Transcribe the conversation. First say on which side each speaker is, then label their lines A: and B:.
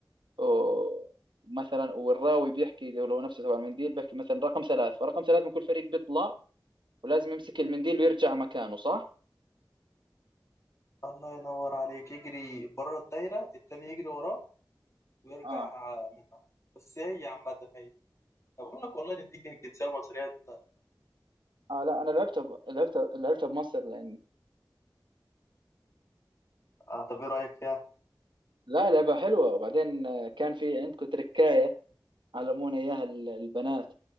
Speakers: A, on the right (about 80°); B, on the left (about 35°).
A: ومثلا والراوي بيحكي لو لو نفسه تبع المنديل بيحكي مثلا رقم ثلاث فرقم ثلاث من كل فريق بيطلع ولازم يمسك المنديل ويرجع مكانه صح؟
B: الله ينور عليك يجري بره الدايره التاني يجري وراه ويرجع
A: اه
B: منها بس هي عامه هي بقول لك والله نديك الجنسيه المصريه
A: اه لا انا لعبتها ب... لعبتها لعبتها بمصر لاني
B: آه طب ايه رايك فيها
A: لا لعبة حلوة وبعدين آه، كان في عندكم تركاية علمونا اياها ال- البنات